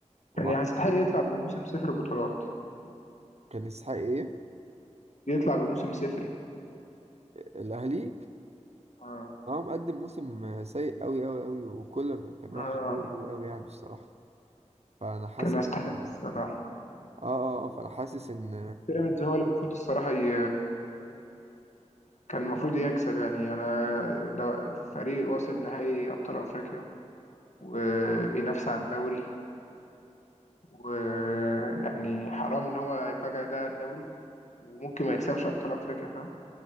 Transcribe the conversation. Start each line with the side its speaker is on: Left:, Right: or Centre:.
Right: وما
Left: يعني
Right: عرفش
Left: هيستحق
Right: يكسب.
Left: يطلع بموسم صفر بطولات
Right: كان يستحق ايه
Left: يطلع بموسم صفري
Right: الاهلي
Left: اه
Right: هو مقدم موسم آه، سيء قوي قوي قوي وكولر كان وحش
Left: اه
Right: قوي قوي قوي يعني الصراحة فأنا حاسس
Left: كان يستحق
Right: اه
Left: الصراحة
Right: اه آه، فأنا حاسس إن
Left: بيراميدز هو اللي المفروض الصراحة ي... كان المفروض يكسب يعني انا ده فريق واصل نهائي ابطال افريقيا وبينافس على الدوري ويعني حرام ان هو يفاجئ ده على الدوري وممكن ما يكسبش ابطال افريقيا فاهم